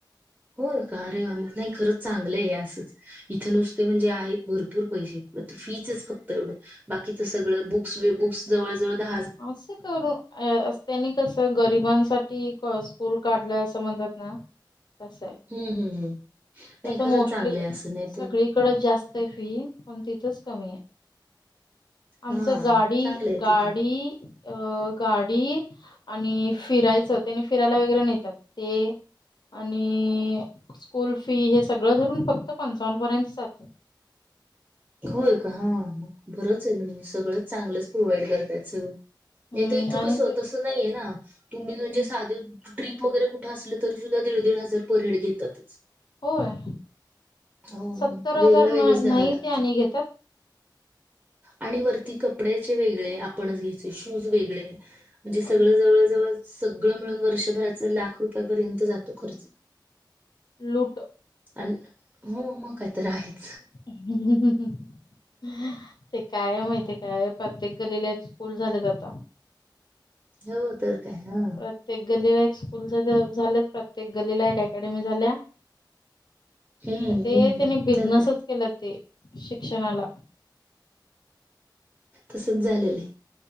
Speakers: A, on the right; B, on the left.
A: होय का, अ रे वा! मग नाही खरंच चांगलं ए असंच इथ नुसते म्हणजे आहेत भरपूर पैसे, म फीचच फक्त एवढं बाकीचं सगळं बुक्स बुक्स जवळ जवळ धा
B: आस करो. आ त्यांनी कसं गरिबांसाठी स्कूल काढलं असं म्हणतात ना तसाय,
A: हम्म हम्म हम्म नाही
B: तस
A: खरंच
B: मोस्टली
A: चांगलं आहे असं नाही
B: सगळी
A: तर
B: कडच जास्त हाय फी, पण तिथच कमी हाय. आमचं
A: हा
B: गाडी,
A: मग चांगलं आहे
B: गाडी
A: तिथं.
B: अ गाडी आणि फिरायचं तेनी फिरायला वगैरे नेतात, ते आणि स्कूल फी हे सगळं धरून फक्त पंचावन्न पर्यंत जातय.
A: होय का! हां बरंच आहे, सगळंच चांगलंच प्रोव्हाइड करताय येत सगळं.
B: हम्म
A: नाही तर इथं
B: आणि
A: कस?
B: ते
A: तसं नाहीये ना, तुम्ही म्हणजे
B: हं,
A: साधे ट्रिप वगैरे कुठं असले तरी सुद्धा, दीड दीड हजार पर हेड घेतातच.
B: होय
A: हो
B: सत्तर हजार
A: वेगळं वेगळंच
B: ना-
A: द्याव
B: नाही
A: लाग
B: ते आणि घेतात.
A: आणि वरती कपड्याचे वेगळे आपणच घ्यायचे, शूज वेगळे म्हणजे सगळं
B: अ
A: जवळ जवळ सगळं मिळून वर्षभराचा लाख रुपयापर्यंत जातो खर्च.
B: लूट
A: अन्न हो मग का तर आहेत
B: हम् हम ह् ह ते काय माहिती काय प्रत्येक गलीला एक स्कूल झालंच आता
A: हो तर काय हा
B: प्रत्येक गलीला एक स्कूल झाले प्रत्येक गलीला एक अकॅडमी झाल्या
A: हम्म
B: ते
A: हम्म
B: त्यांनी बिझनेसच
A: तर काय
B: केला ते शिक्षणाला
A: तसंच झालेले